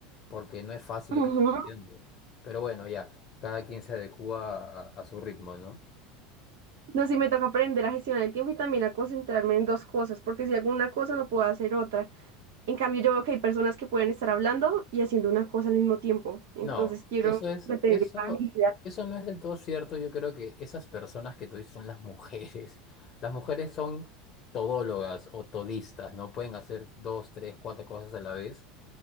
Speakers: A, on the left; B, on the right.
A: porque no es fácil
B: Ujú.
A: lo que estás haciendo. Pero bueno, ya, cada quien se adecúa a, a su ritmo, ¿no?
B: No, sí me toca aprender a gestionar el tiempo y también a concentrarme en dos cosas, porque si hago una cosa no puedo hacer otra. En cambio, yo veo que hay personas que pueden estar hablando y haciendo una cosa al mismo tiempo. Entonces
A: No,
B: quiero
A: eso es,
B: ya tener
A: eso,
B: esa habilidad.
A: eso no es del todo cierto. Yo creo que esas personas que tú dices son las mujeres. <laughs> Las mujeres son todólogas o todistas, ¿no? Pueden hacer dos, tres, cuatro cosas a la vez.